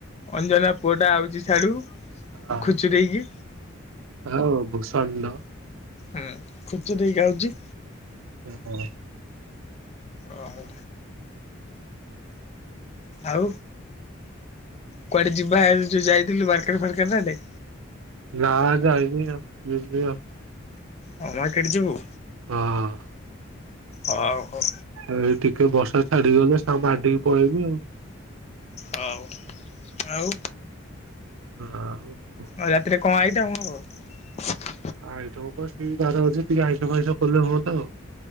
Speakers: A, on the left; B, on the right.
A: ଅଞ୍ଜନା ପୁଅ ଟା ଆଉଚି ସିଆଡୁ।
B: ହଁ
A: ଖୁଚୁରେଇକି
B: <inaudible> ହଉ ଭୂସଣ୍ଡ।
A: ହୁଁ ଖୁଚୁଡେଇ କି ଆଉଚି।
B: ହଁ।
A: ଓ ହୋ। ଆଉ। କୁଆଡେ ଯିବା ଯୋଉ ଯାଇଥିଲୁ ବା କେବେ <unintelligible>
B: ନା ଯାଇନି ଆଉ ଯିବି ଆଉ।
A: ହଁ ମାର୍କେଟ ଯିବୁ?
B: ହଁ।
A: ହଉ ହଉ।
B: ଏ ଟିକେ ବର୍ଷା ଛାଡିଗଲେ ସାଙ୍ଗ ମାଣ୍ଡିିକି ପଳେଇବି ଆଉ।
A: ହଉ ଆଉ?
B: ଆଉ
A: ଆଉ ରାତିରେ କଣ ଆଇଟମ ହବ?
B: ଆଇଟମ କଥାଛିିକ ଆଇଇସ କରଲେ ହୁଅନ୍ତା ଆଉ।